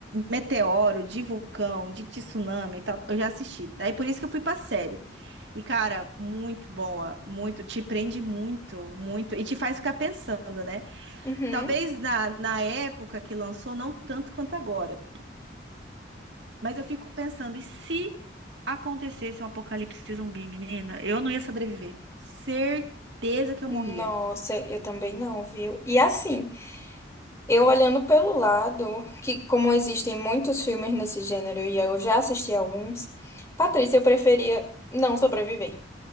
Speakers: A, on the right; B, on the left.
A: meteoro, de vulcão, de tsunami e tal, eu já assisti. Daí por isso que eu fui pra série. E, cara, muito boa, muito, te prende muito, muito, e te faz ficar pensando, né?
B: Uhum.
A: Talvez na, na época que lançou, não tanto quanto agora, mas eu fico pensando, e se acontecesse um apocalipse zumbi, menina, eu não ia sobreviver. Certeza que
B: Nossa,
A: eu morria.
B: eu também não, viu? E assim, eu olhando pelo lado, que como existem muitos filmes nesse gênero e eu já assisti alguns, Patrícia, eu preferia não sobreviver.